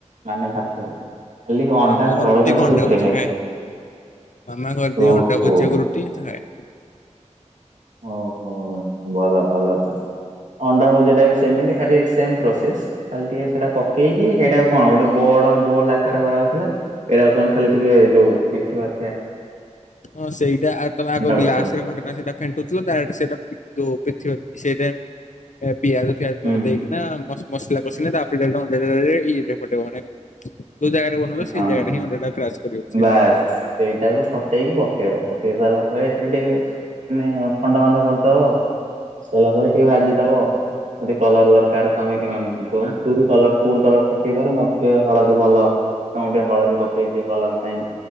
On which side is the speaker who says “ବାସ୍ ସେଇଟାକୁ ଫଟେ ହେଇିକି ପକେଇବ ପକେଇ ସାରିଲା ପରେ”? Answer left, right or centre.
Right